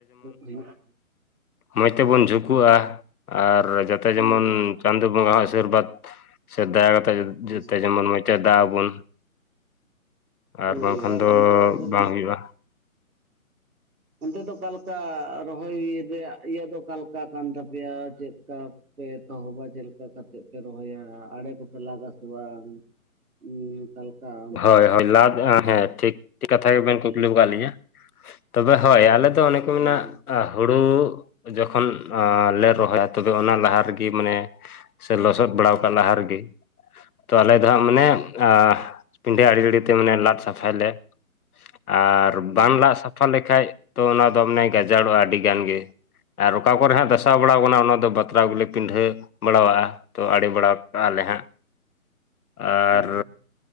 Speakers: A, on the right (about 80°); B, on the left (about 85°).
A: ᱦᱩᱭᱩᱜ-ᱟ
B: ᱢᱚᱸᱡᱽ ᱛᱮᱵᱚᱱ ᱡᱷᱩᱠᱩᱜ-ᱟ ᱟᱨ ᱡᱟᱛᱮ
A: ᱦᱩᱸ
B: ᱡᱮᱢᱚᱱ ᱪᱟᱸᱫ ᱵᱚᱸᱜᱣᱟᱜ ᱟᱥᱤᱨᱵᱟᱫᱽ ᱥᱮ ᱫᱟᱭᱟ ᱠᱟᱛᱮᱜ
A: ᱦᱩᱸ
B: ᱡᱚᱛᱚ ᱡᱮᱢᱚᱱ ᱢᱮᱫ ᱪᱮ ᱫᱟ ᱟᱵᱩᱱ ᱟᱨ
A: ᱦᱳᱭ
B: ᱵᱟᱝᱠᱷᱟᱱ ᱫᱚ
A: ᱚᱱᱛᱮ ᱟᱵᱮᱱ
B: ᱵᱟᱝ ᱦᱩᱭᱩᱜ-ᱟ᱾
A: ᱚᱱᱛᱮ ᱫᱚ ᱚᱠᱟ ᱞᱮᱠᱟ ᱨᱚᱦᱚᱭ ᱤᱭᱟᱹ ᱨᱮᱭᱟᱜ ᱤᱭᱟᱹ ᱫᱚ ᱚᱠᱟ ᱠᱟᱱ ᱛᱟᱯᱮᱭᱟ ᱪᱮᱫ ᱠᱟ ᱯᱮ ᱮᱛᱚᱦᱚᱵᱟ ᱪᱮᱫ ᱞᱮᱠᱟ ᱠᱟᱛᱮᱫ ᱯᱮ ᱨᱚᱦᱚᱭᱟ ᱟᱲᱮ ᱠᱚᱯᱮ ᱞᱟᱜᱟ ᱥᱮ ᱵᱟᱝ ᱾ ᱩᱸ᱾ ᱟᱠᱟ ᱞᱮᱠᱟ ᱾
B: ᱦᱚᱭ ᱦᱚᱭ ᱞᱟ <unintelligible> ᱴᱷᱤᱠ ᱠᱟᱛᱷᱟ ᱜᱮᱵᱮᱱ
A: ᱞᱟᱹᱭ
B: ᱠᱩᱠᱞᱤ ᱟᱠᱟᱫ
A: ᱛᱟᱞᱟᱝ
B: ᱞᱤᱧᱟ ᱛᱚᱵᱮ ᱦᱚᱭ ᱟᱞᱮ ᱫᱚ ᱚᱱᱮ ᱠᱚ
A: ᱦᱩᱸ
B: ᱢᱮᱱᱟ ᱦᱩᱲᱩ ᱡᱚᱠᱷᱚᱱ ᱟᱸ ᱞᱮ ᱨᱚᱦᱚᱭᱟ ᱛᱚᱵᱮ ᱚᱱᱟ ᱞᱟᱦᱟ ᱨᱮᱜᱮ ᱢᱟᱱᱮ ᱥᱮ ᱞᱚᱥᱚᱫ ᱵᱟᱲᱟᱣ ᱠᱟᱜ ᱞᱟᱦᱟ ᱨᱮᱜᱮ ᱛᱚ ᱟᱞᱮ ᱫᱚ ᱢᱟᱱᱮ ᱟ ᱯᱤᱰᱟᱹ ᱟᱲᱮ ᱟᱲᱮ ᱛᱮ ᱢᱟᱱᱮ ᱞᱟᱫ ᱥᱟᱯᱷᱟᱭᱟᱞᱮ ᱟᱨ
A: ᱦᱩᱸ
B: ᱵᱟᱢ ᱞᱟᱫ ᱥᱟᱯ ᱥᱟᱯᱷᱟ ᱞᱮᱠᱷᱟᱡ ᱛᱚ ᱚᱱᱟ ᱫᱚ ᱢᱟᱱᱮ ᱜᱟᱡᱟᱲᱚᱜᱼᱟ ᱟᱹᱰᱤ ᱜᱟᱱ ᱜᱮ ᱟᱨ ᱚᱠᱟ ᱠᱚᱨᱮ ᱦᱟᱸᱜ ᱫᱟᱥᱟᱣ ᱵᱟᱲᱟᱣ ᱠᱟᱱᱟ ᱚᱱᱟ ᱫᱚ ᱵᱟᱛᱞᱟᱣ ᱜᱮᱞᱮ ᱯᱤᱰᱷᱟᱹ ᱵᱟᱲᱟᱣᱟᱜᱼᱟ, ᱛᱚ ᱟᱲᱮ ᱵᱟᱲᱟ ᱟᱞᱮ ᱦᱟᱜ ᱟᱨ
A: ᱦᱩᱸ